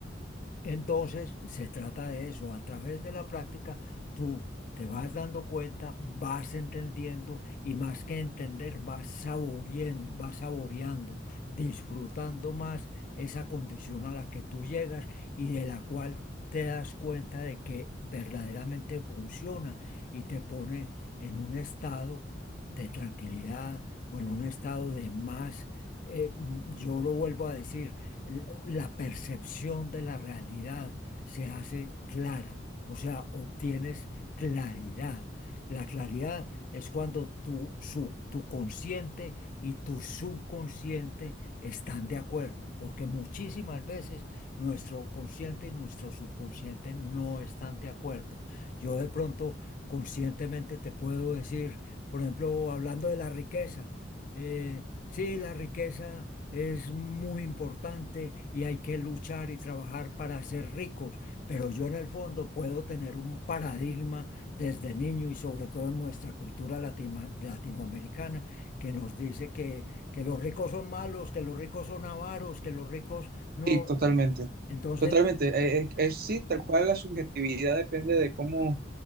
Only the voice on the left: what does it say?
Entonces, se trata de eso. A través de la práctica, tú te vas dando cuenta, vas entendiendo y más que entender, vas saboreando, vas saboreando, disfrutando más esa condición a la que tú llegas y de la cual te das cuenta de que verdaderamente funciona y te pone en un estado de tranquilidad o en un estado de más. eh, mm, yo lo vuelvo a decir el- la percepción de la realidad se hace clara, o sea, obtienes claridad. La claridad es cuando tu, su- tu consciente y tu subconsciente están de acuerdo, porque muchísimas veces nuestro consciente y nuestro subconsciente no están de acuerdo. Yo de pronto conscientemente te puedo decir, por ejemplo, hablando de la riqueza, eh, sí, la riqueza es muy importante y hay que luchar y trabajar para ser ricos, pero yo en el fondo puedo tener un paradigma desde niño y sobre todo en nuestra cultura latima- latinoamericana que nos dice que, que los ricos son malos, que los ricos son avaros, que los ricos no.
Entonces,